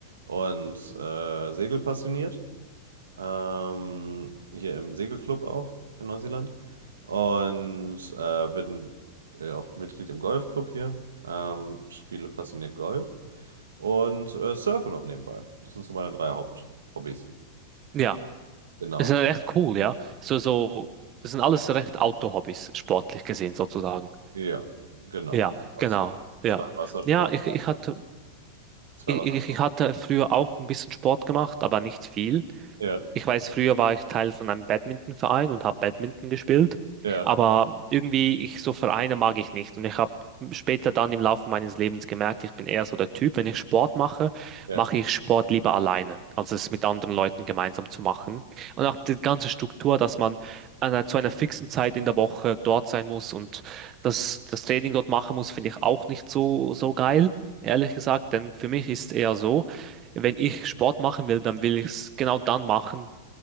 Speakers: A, on the right; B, on the right.
A: und äh, segelpassioniert. ähm, hier im Segelclub auch in Neuseeland und äh, bin äh, auch Mitglied im Golfclub hier, ähm, spiele passioniert Golf und äh, surfe noch nebenbei. Das sind so meine drei Haupthobbys.
B: Ja,
A: Genau,
B: es ist recht cool, ja. So, so, das sind alles recht Outdoor-Hobbys, sportlich gesehen sozusagen.
A: ja, genau,
B: Ja,
A: absolut.
B: genau, ja.
A: Zwei Wassersportarten,
B: Ja, ich, ich hatte,
A: zwei
B: ich,
A: Wassersportarten.
B: ich ich hatte früher auch ein bisschen Sport gemacht, aber nicht viel.
A: Ja,
B: Ich weiß, früher war ich Teil von einem Badmintonverein und habe Badminton gespielt,
A: ja,
B: aber irgendwie ich so Vereine mag ich nicht und ich habe später dann im Laufe meines Lebens gemerkt, ich bin eher so der Typ, wenn ich Sport mache,
A: ja.
B: mache ich Sport lieber alleine, als es mit anderen Leuten gemeinsam zu machen. Und auch die ganze Struktur, dass man an einer, zu einer fixen Zeit in der Woche dort sein muss und das, das Training dort machen muss, finde ich auch nicht so, so geil. Ehrlich gesagt, denn für mich ist es eher so, wenn ich Sport machen will, dann will ich es genau dann machen,